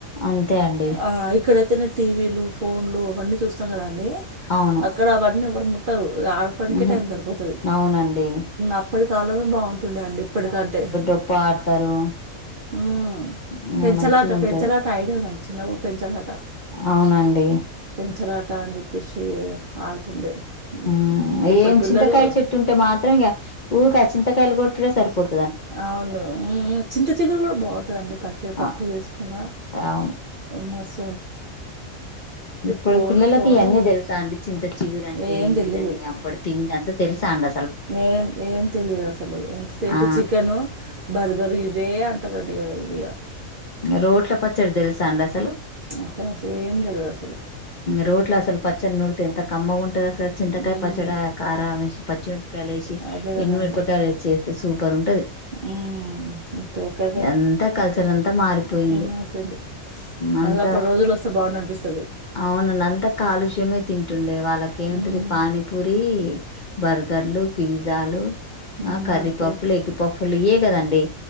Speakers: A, on the left; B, on the right.
A: అంతే అండి
B: ఆ ఇక్కడైతేనే టీవీలు ఫోన్లు అవన్నీ చూస్తాం కదా అండీ
A: అవును
B: అక్కడ అవన్నీ ఎవ్వరు ముట్టరు ఇగ ఆడకోనికే
A: ఉహు
B: టైం సరిపోతుంది
A: అవునండి
B: అప్పటి కాలమే బాగుంటుండే అండి ఇప్పటికంటే
A: ఉప్ప ఆడతారు
B: అ
A: ఇంగ
B: పెంచలాట
A: మంచిగా ఉంటది
B: పెంచలాట ఐడి ఉందండి చిన్నప్పుడు పెంచలాట
A: అవునండి
B: పచ్చలాట అని చెప్పేసి ఆడుతుండే ఉహు.
A: అ
B: ఇప్పుడు
A: ఏం
B: పిల్లలు
A: చింతకాయ చెట్టు ఉంటే మాత్రం ఇంక ఊక చింతకాయలు కొట్టుడే సరిపోతు
B: అవును చింత చిగురు కూడ బాగుంటందండి పచ్చడి పప్పు
A: ఆ
B: చేసుకున్న
A: అవును
B: ఇవ్మస్
A: ఇప్పుడు
B: ఫోను
A: పిల్లలకి
B: ఫోను
A: ఇవన్నీ తెలుసా అండి చింత చిగురు అంటే
B: ఏం
A: ఏంటిదని
B: తెలియదు
A: అ ప్పుడు తింది అంత తెలుస అంద
B: ఏం ఏం తెలియదు అసలు ఎంతసేపు
A: ఆ
B: చికెను, బర్ తరు ఇవే అంటారండి ఇగ
A: రోడ్ల పచ్చడి తెలుసా అండి అసలు
B: అసలు అసలు ఏం తెలియదు అసలు
A: రోడ్ల అసలు పచ్చడి నూడిత ఎంత కమ్మ ఉంటది అసలు చింతకాయ
B: మ్మ్.
A: పచ్చడా కార పచ్చడి కాయలు వేసి
B: అదే కదండి
A: ఎండు మిరపకాయలు ఏసీ చేస్తే సూపర్ ఉంటది
B: మ్మ్. ఇప్పుడు ఎక్కడ
A: ఎంత కల్చర్ అంతా మారిపోయింది
B: అయిపోయింది
A: అంతా
B: మళ్ళీ అప్పటి రోజులు వస్తే బాగుండు అనిపిస్తుంది
A: అవునండి అంతా కాలుష్యమే తింటుండే వాళ వాళకే
B: మ్మ్.
A: ఉంటది పానీపూరి బర్గర్లు పిజ్జాలు
B: మ్మ్.
A: ఆ కర్రీపప్పులు
B: అంతే
A: ఎగ్ పప్పులు ఏ కదండి